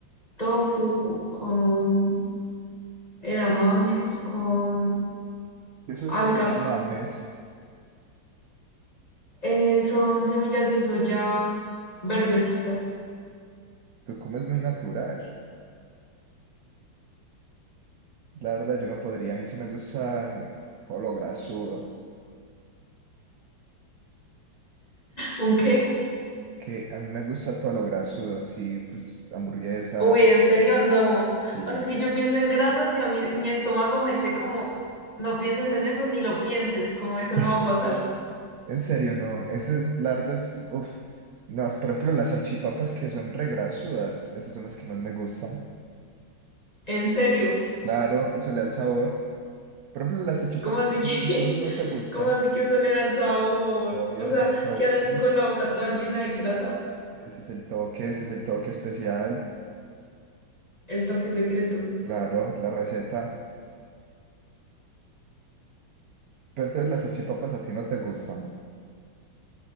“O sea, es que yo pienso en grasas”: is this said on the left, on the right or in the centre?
Left